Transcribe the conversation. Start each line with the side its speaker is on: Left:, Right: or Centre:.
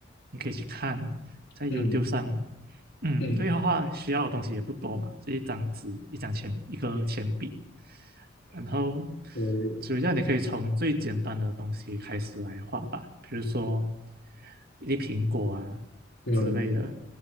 Right: 你可以去看，在 YouTube
Left: 嗯
Right: 上，嗯，
Left: 嗯，
Right: 因为画画需要的东西也不多嘛，就一张纸、一张铅、一个铅笔，然后
Left: 对，
Right: 主要你可以从最简单的东西开始来画吧，比如说一粒苹果啊
Left: 嗯，
Right: 之类的，